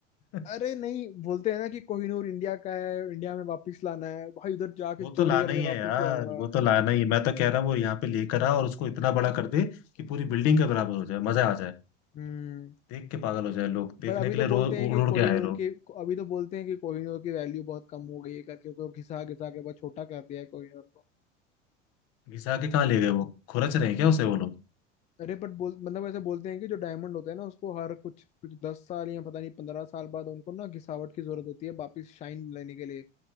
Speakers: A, on the left; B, on the left.
A: <laughs>
B: अरे नहीं बोलते हैं ना कि कोहिनूर इंडिया का है इंडिया में वापस लाना है भाई उधर जाके
A: वो
B: चोरी
A: तो लाना
B: करके
A: ही है
B: वापस
A: यार
B: ले आऊंगा
A: वो तो लाना ही है। मैं तो कह रहा हूँ वो यहाँ पे लेकर आ और उसको इतना बड़ा कर दे कि पूरी बिल्डिंग के बराबर हो जाए मजा आ जाए
B: हम्म
A: देख के पागल हो जाए लोग देखने
B: पर अभी
A: के
B: तो
A: लिए
B: बोलते
A: रो उड़
B: हैं कि
A: उड़
B: कोहिनूर
A: के आए लोग
B: की अभी तो बोलते हैं कि कोहिनूर की वैल्यू बहुत कम हो गई है करके तो घिसा घिसा के बहुत छोटा कर दिया है कोहिनूर को
A: घिसा के कहाँ ले गए वो खुरच रहे हैं क्या उसे वो लोग
B: अरे बट बोल मतलब ऐसे बोलते हैं कि जो डायमंड होते हैं ना उसको हर कुछ कुछ दस साल या पता नहीं पंद्रह साल बाद उनको ना घिसावट की जरूरत होती है वापिस शाइन लेने के लिए